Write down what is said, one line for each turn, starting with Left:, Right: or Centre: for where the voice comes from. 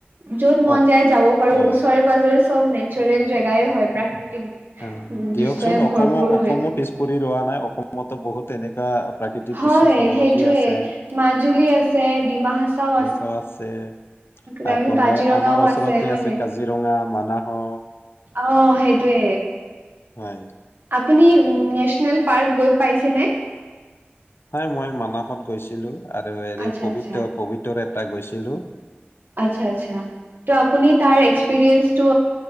Right: য'ত মন
Left: অ
Right: যায় যাব পাৰো।
Left: অ
Right: ওচৰে পাজৰে চব নেচাৰেল জেগাই হয়। প্ৰাকৃতিক
Left: আ। দিয়কচোন
Right: দৃশ্যই
Left: অসম
Right: ভৰপূৰ
Left: অসমো
Right: হয়
Left: পিছ পৰি ৰোৱা নাই। অসমতো বহুত তেনেকুৱা প্ৰাকৃতিক
Right: হয়
Left: দৃশ্য চাবলগীয়া
Right: সেইটোয়ে
Left: আছে।
Right: মাজুলী আছে ডিমা হাচাও
Left: <unintelligible> আছে।
Right: তাৰপিছত
Left: আপোনাৰ
Right: কাজিৰঙাও
Left: আমাৰ ওচৰতে
Right: হয়
Left: আছে কাজি কাজিৰঙা, মানাহ হও
Right: অহ, সেইটোৱে।
Left: হয়।
Right: আপুনি নেচনেল পাৰ্ক গৈ পাইছে নে?
Left: হই মই মানাহত গৈছিলো আৰু হেৰি
Right: আচ্ছা
Left: পবিত
Right: আচ্ছা
Left: পবিতৰাত ও গৈছিলো
Right: আচ্ছা আচ্ছা তো আপুনি তাৰ এক্সপিৰিয়েঞ্চটো